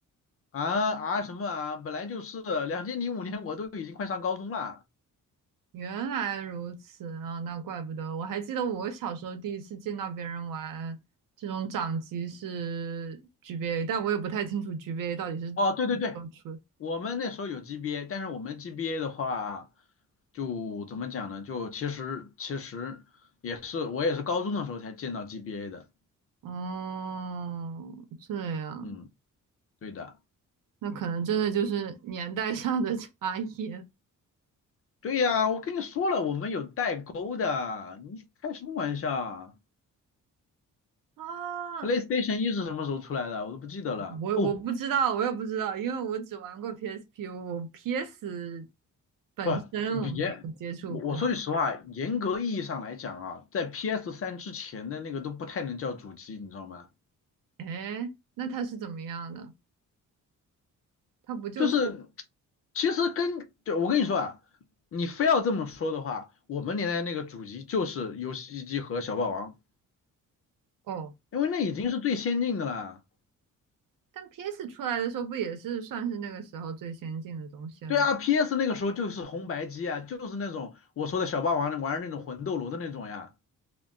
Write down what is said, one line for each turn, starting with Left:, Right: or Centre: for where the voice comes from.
Left: 啊啊什么啊，本来就是两千零五年，我都已经快上高中了。
Right: 原来如此啊，那怪不得。我还记得我小时候第一次见到别人玩这种掌机是 GBA，但我也不太清楚 GBA 到底是怎
Left: 哦，对对对，
Right: 么出的
Left: 我们那时候有 GBA，但是我们 GBA 的话，就怎么讲呢？就其实其实也是我也是高中的时候才见到 GBA 的。
Right: 哦，这样，
Left: 嗯，对的，
Right: 那可能真的就是年代上的差异
Left: 对呀，我跟你说了，我们有代沟的，你开什么玩笑啊
Right: 啊。
Left: ？PlayStation 一是什么时候出来的？我都不记得了。
Right: 我我不知道，
Left: 哦，
Right: 我也不知道，因为我只玩过 PSP，我 PS 本身我没有接触过。
Left: 不，严，我我说句实话，严格意义上来讲啊，在 p s 三之前的那个都不太能叫主机，你知道吗？
Right: 哎，那它是怎么样的？它不就是
Left: 就是。其实跟，对，我跟你说啊，你非要这么说的话，我们年代那个主机就是游戏机和小霸王，
Right: 哦？
Left: 因为那已经是最先进的了。
Right: 但 PS 出来的时候不也是算是那个时候最先进的东西了吗？
Left: 对啊，PS 那个时候就是红白机啊，就是那种我说的小霸王玩的那种魂斗罗的那种呀。